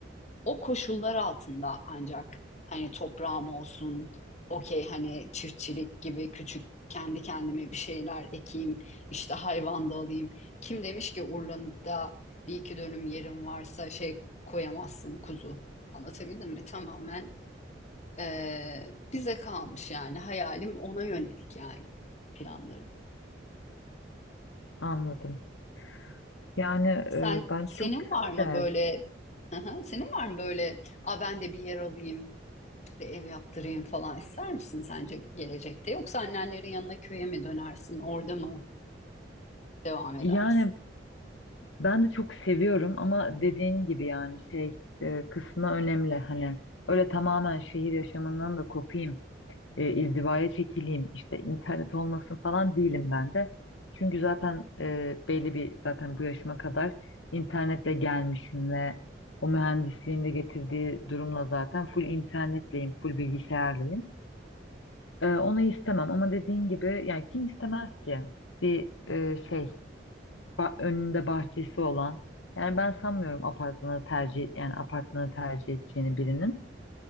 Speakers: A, on the left; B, on the left.
A: o koşullar altında ancak hani toprağım olsun, okey hani çiftçilik gibi küçük kendi kendime bir şeyler ekeyim, işte hayvan da alayım. Kim demiş ki Urla'da bir iki dönüm yerim varsa şey koyamazsın kuzu. Anlatabildim mi? Tamamen eee, bize kalmış yani hayalim ona yönelik yani planlarım.
B: Anladım. Yani e,
A: Sen
B: bence
A: senin
B: çok güzel
A: var mı
B: bir el.
A: böyle Aha, senin var mı böyle a ben de bir yer alayım işte ev yaptırayım falan ister misin sence gelecekte yoksa annenlerin yanına köye mi dönersin orada mı devam edersin?
B: Yani ben de çok seviyorum ama dediğin gibi yani şey e, kısmı önemli. Hani öyle tamamen şehir yaşamından da kopayım. e, izdivaya çekileyim işte internet olmasın falan değilim ben de. Çünkü zaten e, belli bir zaten bu yaşıma kadar internetle gelmişim ve o mühendisliğin de getirdiği durumla zaten full internetleyim, full bilgisayarlıyım. E, onu istemem ama dediğin gibi yani kim istemez ki bir e, şey ba- önünde bahçesi olan yani ben sanmıyorum apartmanı tercih yani apartmanı tercih edeceğini birinin.